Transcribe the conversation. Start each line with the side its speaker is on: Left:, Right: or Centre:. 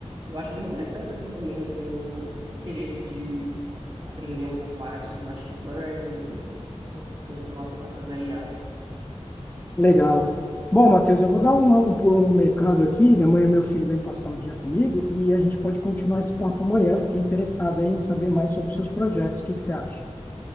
Right: Eu acho bem interessante assim também, tenho interesse de aprender um pouco mais sobre machine learning, essas coisas relacionadas à IA.
Left: Legal. Bom, Matheus, eu vou dar um, um pulo no mercado aqui. Amanhã meu filho vem passar o dia comigo e a gente pode continuar esse papo amanhã. Eu Fiquei interessado aí em saber mais sobre os seus projetos. O que que você acha?